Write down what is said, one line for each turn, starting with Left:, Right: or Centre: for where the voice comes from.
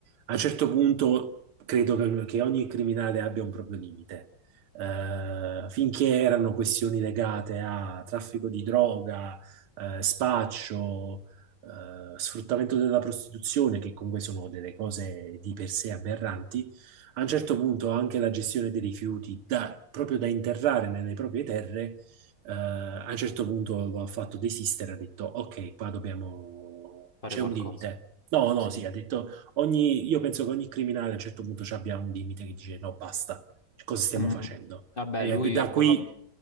Right: a un certo punto credo che, che ogni criminale abbia un proprio limite. Eh, finché erano questioni legate a traffico di droga, eh, spaccio, eh, sfruttamento della prostituzione, che comunque sono delle cose di per sé aberranti, a un certo punto anche la gestione dei rifiuti, da- proprio da interrare nelle proprie terre, eh, a un certo punto lo ha fatto desistere, ha detto ok, qua dobbiamo...
Left: fare
Right: c'è
Left: qualcosa.
Right: un limite. No, no,
Left: Sì.
Right: sì, ha detto ogni... io penso che ogni criminale a un certo punto ci abbia un limite che dice no, basta, cosa stiamo
Left: Mm.
Right: facendo?
Left: Vabbè,
Right: E
Left: lui
Right: da
Left: ha collaborato.
Right: qui,